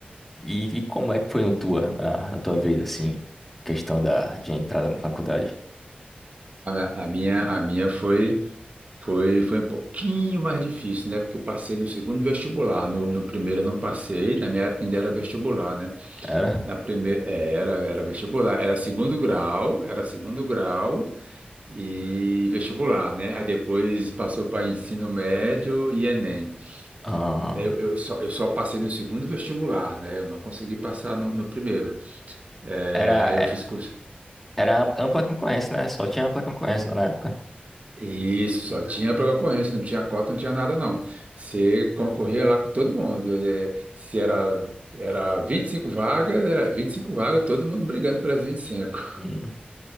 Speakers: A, in the centre; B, on the right.
A: E, e como é que foi no tua, na, na tua vida, assim, questão da, de entrada na faculdade?
B: A, a minha, a minha foi, foi, foi um pouquinho mais difícil, né? Porque eu passei no segundo vestibular. No, no primeiro eu não passei, na minha época ainda era vestibular, né?
A: Era?
B: Na primeira, é, era, era vestibular, era segundo grau, era segundo grau e vestibular, né? Aí depois passou para ensino médio e Enem.
A: Ahn,
B: Né, Eu, eu só, eu só passei no segundo vestibular, né? Eu não consegui passar no, no primeiro. É,
A: era,
B: aí eu fiz curso.
A: era ampla concorrência, né? Só tinha ampla concorrência na época.
B: Isso, só tinha para concorrência, não tinha cota, não tinha nada, não. Você concorria lá com todo mundo. eh, se era, era 25 vagas, era vinte e cinco vagas, todo mundo brigando pelas 25.
A: Hum.